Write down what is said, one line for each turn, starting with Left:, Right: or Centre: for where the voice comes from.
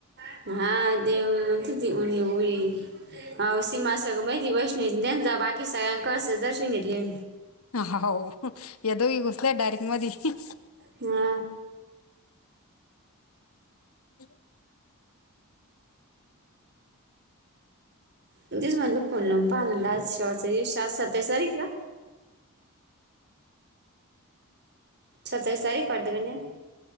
Right: हा.. ते.. व आमचंच आहे की हुई हुई हा.. ओ.. सीमासगळं बहिणी वैष्णवीच त्यांचा बाकी सगळ्यांन कळसाचं दर्शन घेतले.
Left: हा वो ह्या दोघी घुसल्या डायरेक्ट मधी ह्..
Right: हा
Left: ह <inaudible>
Right: तेच म्हणलं फोन लावून पाहावं म्हणलं, आज सत्तावीस तारीख हे का? सत्तावीस तारीख वाटते का नई